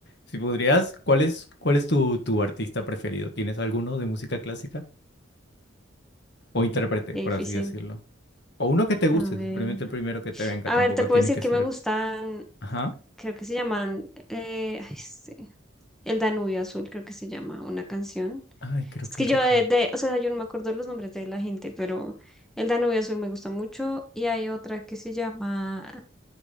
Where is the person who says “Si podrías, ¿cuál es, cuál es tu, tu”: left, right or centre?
Left